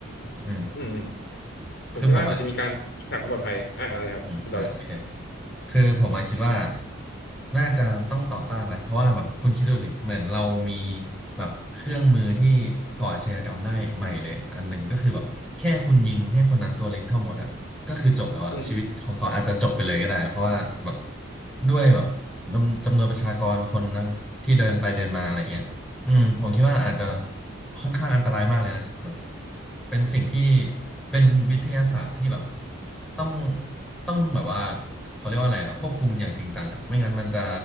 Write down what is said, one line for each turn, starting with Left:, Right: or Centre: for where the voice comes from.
Centre: อืม
Left: อืมอืมผมคิดว่าอาจจะมีการรักษาความปลอดภัยอ่าอะไรนะครับคุณต่อเลย
Centre: คือผมอ่ะอืมอ่าโอเค คือผมมาคิดว่าน่าจะต้องต่อต้านนะเพราะว่าแบบคุณคิดดูสิเหมือนเรามีแบบเครื่องมือที่ก่ออาชญากรรมได้ใหม่เลยอันหนึ่งก็คือแบบแค่คุณยิงให้คนนั้นตัวเล็กเท่ามดอ่ะก็คือจบแล้วอ่ะชีวิตของเขาอาจจะจบไปเลยก็ได้เพราะว่าแบบ
Left: อืม
Centre: ด้วยแบบจำจำนวนประชากรคนนะที่เดินไปเดินมาอะไรเงี้ย อืมผมคิดว่าอาจจะค่อนข้างอันตรายมากเลยนะแบบเป็นสิ่งที่เป็นวิทยาศาสตร์ที่แบบต้องต้องแบบว่าเขาเรียกว่าอะไรอะควบคุมอย่างจริงจังอะไม่งั้นมันจะ